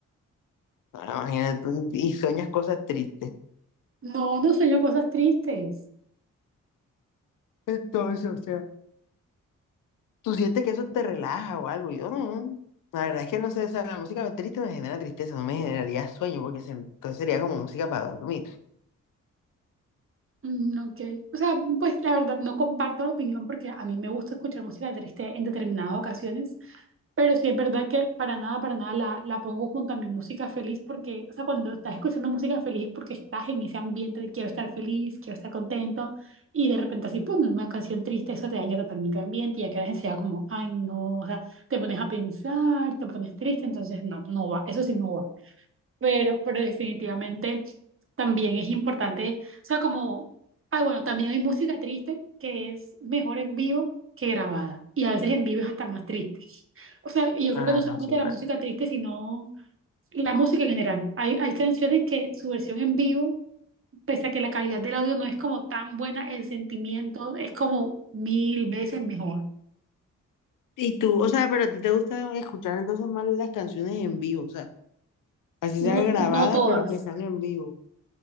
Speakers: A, on the left; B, on the right.
A: Ahora imagínate tú y, y sueñas cosas tristes.
B: No, no sueño cosas tristes.
A: Entonces, o sea, tú sientes que eso te relaja o algo. Yo no. La verdad es que no sé, o sea, la música triste me genera tristeza, no me generaría sueño, porque se- entonces sería como música para dormir.
B: Mm, ok. O sea, pues la verdad no comparto la opinión porque a mí me gusta escuchar música triste en determinadas ocasiones, pero sí es verdad que para nada, para nada la, la pongo junto a mi música feliz porque, o sea, cuando estás escuchando música feliz es porque estás en ese ambiente de quiero estar feliz, quiero estar contento y de repente así, pum, una canción triste, eso te daña totalmente el ambiente y ya quedas enseguida como, ay, no, o sea, te pones a pensar, te pones triste, entonces no, no va, eso sí no va. pero, pero definitivamente también es importante, o sea, como, ay, bueno, también hay música triste que es mejor en vivo que grabada, y a veces en vivo es hasta más triste. O sea, yo creo
A: Ah,
B: que no solamente
A: no sé,
B: la música triste, sino la música en general. Hay, hay canciones que su versión en vivo, pese a que la calidad del audio no es como tan buena, el sentimiento es como mil veces mejor.
A: Y tú, o sea, pero a ti te gusta escuchar entonces más las canciones en vivo, o sea, así
B: No,
A: sea grabadas,
B: no todas.
A: pero que sean en vivo.